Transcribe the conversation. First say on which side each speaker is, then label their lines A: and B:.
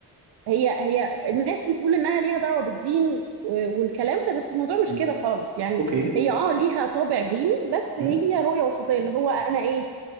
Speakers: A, on the right; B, on the right.
A: هي هي الناس بتقول إنها ليها دعوة بالدين و- والكلام ده بس الموضوع مش
B: أمم.
A: كده خالص يعني
B: اوكي
A: هي اه ليها طابع ديني بس
B: امم
A: هي رؤية وسطية اللي هو أنا إيه